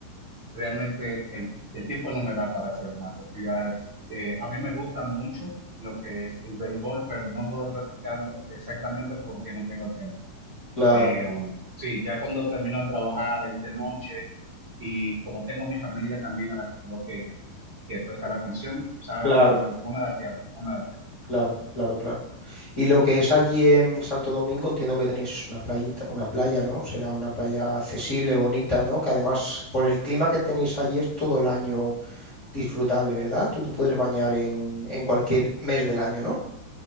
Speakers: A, on the right (about 80°); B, on the left (about 65°).
A: Realmente el, el tiempo no me da para hacer más actividades. Eh, a mí me gusta mucho lo que es el béisbol, pero no puedo practicarlo exactamente porque no tengo tiempo.
B: Claro,
A: Eh, um, sí, ya cuando termino de trabajar es de noche y como tengo mi familia también a la que tengo que, que prestar atención, ¿sabes?
B: claro,
A: No me, no me da el tiempo, no me da el tiempo.
B: claro, claro, claro. Y lo que es allí en Santo Domingo, entiendo que tenéis una playita, una playa, ¿no? Será una playa accesible, bonita, ¿no? Que además, por el clima que tenéis allí, es todo el año disfrutable, ¿verdad? Tú te puedes bañar en, en cualquier mes del año, ¿no?